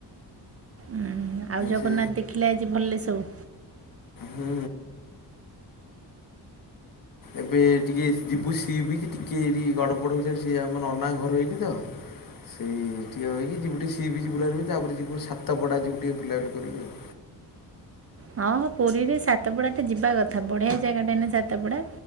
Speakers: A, on the right; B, on the left.
A: ଉଁ ଆଉ ଜଗନ୍ନାଥ
B: ସେ
A: ଦେଖିଲେ ଆଜି ଭଲରେ ସବୁ?
B: ହୁଁ। ଏବେ ଟିକେ ଯିବୁ ସିବିଚ୍ ଟିକେ ଏଠି ଗଡ ପଡ ହଉଚେ ସିଏ ଆମ ନନା ଘର ଏଇଠି ତ। ସେଇ ଟିକେ ହେଇକି ଯିବୁ ଟିକେ ସିବିଚ୍ ବୁଲାବୁଲି ତାପରେ ଯିବୁ ସାତପଡା ଯିବୁ ଟିକେ ବୁଲାବୁଲି କରିବୁ ଆଉ।
A: ହଁ ହଁ ପୁରୀରେ ସାତପଡା ଟା ଯିବା କଥା ବଢିଆ ଜାଗାଟା ନା ସାତପଡା